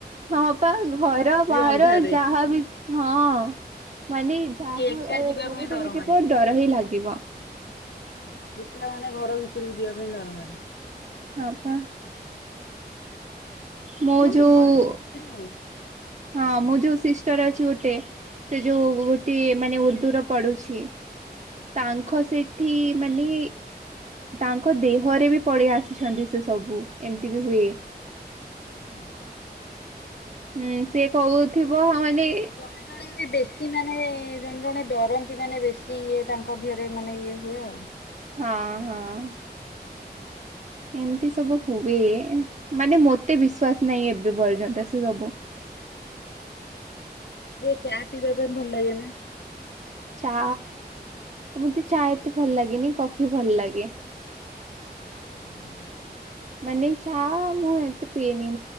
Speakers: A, on the right; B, on the left.
A: ହଁ ପା ଘର ବାହାର
B: ଅନ୍ଧାରରେ
A: ଯାହାବି ହଁ ମାନେ ଯାହା
B: ମତେ ଏକା
A: ଏ
B: ଯିବା
A: ଯୋଉଠି
B: ପାଇଁ ଡର
A: ବି
B: ମାଡେ।
A: ଯିବ ଡର ହିଁ ଲାଗିବ।
B: ହୁଁ ଏକା ମାନେ ଘର ଭିତରକୁ ଯିବା ପାଇଁ ଡର ମାଡିବ।
A: ହପା। ମୋ
B: ମାନେ
A: ଯୋଉ
B: ଗୋଟେ ଭୟ ପଶିଯାଏ ଆଉ।
A: ହଁ ମୋ ଯୋଉ ସିଷ୍ଟର ଅଛି ଗୋଟେ ସେ ଯୋଉ। ମାନେ ଉର୍ଦ୍ଦୁର ପଢୁଛି ତାଙ୍କ ସେଠି ମାନେ। ତାଙ୍କ ଦେହରେ ବି ପଳେଇ ଆସିଛନ୍ତି ସେ ସବୁ। ଏମତି ବି ହୁଏ।
B: ହୁଁ
A: ହୁଁ ସେ କହୁଥିବ
B: ହେଇଠ ତ
A: ମାନେ
B: ଜଣେ। ଜଣେ ବି ବେଶୀ ମାନେ ଜଣେ ଜଣେ ଡରନ୍ତି ମାନେ ବେଶୀ ଇଏ, ତାଙ୍କ ଦେହରେ ମାନେ ଇଏ ହୁଏ ଆଉ।
A: ହଁ ହଁ। ଏମିତି ସବୁ ହୁଏ ମାନେ ମତେ ବିଶ୍ବାାସ ନାହିଁ ଏବେ ପର୍ଯ୍ୟନ୍ତ ସେ ସବୁ।
B: ଚା ପିଇବା ପାଇଁ ଭଲ ଲାଗେ ନା।
A: ଚା ମତେ, ଚା ଏତେ ଭଲ ଲାଗେନି, କଫି ଭଲ ଲାଗେ।
B: ହୁଁ।
A: ମାନେ ଚାହା ମୁଁ, ଏତେ ପିଏନି